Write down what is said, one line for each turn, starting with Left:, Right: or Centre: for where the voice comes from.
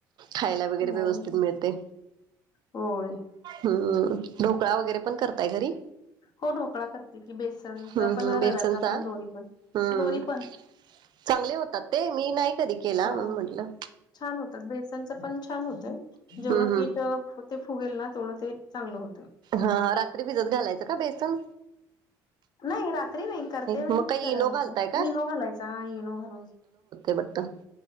Right: खायला
Left: हा,
Right: वगैरे व्यवस्थित मिळते
Left: होय
Right: हम्म ढोकळा वगैरे पण करताय घरी
Left: हो ढोकळा करते की बेसनचा
Right: हम्म
Left: पण
Right: हम्म
Left: रव्याचा
Right: बेसनचा
Left: पण दोन्ही पण
Right: हम्म
Left: दोन्ही पण
Right: चांगले होतात ते मी नाही कधी केला
Left: हो
Right: म्हण म्हंटलं
Left: छान होतात बेसनचं पण छान होतंय जेवढं
Right: हम्म हम्म
Left: पीठ ते फुगेल ना थोडं ते चांगलं होत
Right: हा रात्री भिजत घालायचं का बेसन
Left: नाही रात्री नाही करते वेळीच
Right: मग काही
Left: करायच
Right: इनो घालताय का?
Left: इनो घालायचा हा इनो घाल
Right: आता